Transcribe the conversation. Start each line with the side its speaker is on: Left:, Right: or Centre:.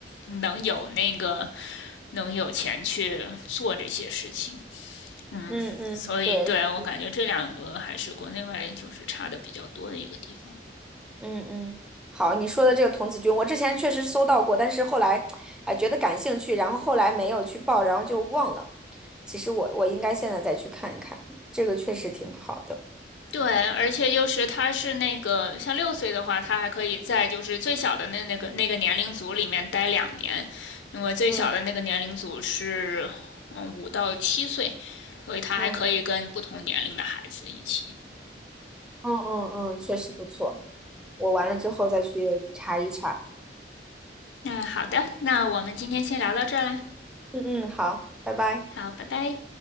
Left: 能有那个能有钱去做这些事情。嗯，
Centre: 嗯嗯，
Left: 所以对我感觉这两个还是国内外就是差的比较多的一个地方。
Centre: 对，是嗯嗯，好，你说的这个童子军，我之前确实搜到过，但是后来，哎，觉得感兴趣，然后后来没有去报，然后就忘了。其实我我应该现在再去看一看，这个确实挺好的。
Left: 对，而且就是他是那个像六岁的话，他还可以在就是最小的那那个那个年龄组里面待两年，因为最小的那个年龄组是嗯五到七岁，
Centre: 嗯
Left: 所以他还可以跟不同年龄的孩子一起。
Centre: 嗯嗯嗯嗯，确实不错。我完了之后再去查一查。
Left: 那好的，那我们今天先聊到这儿啦，
Centre: 嗯嗯，好，拜拜。
Left: 好，拜拜。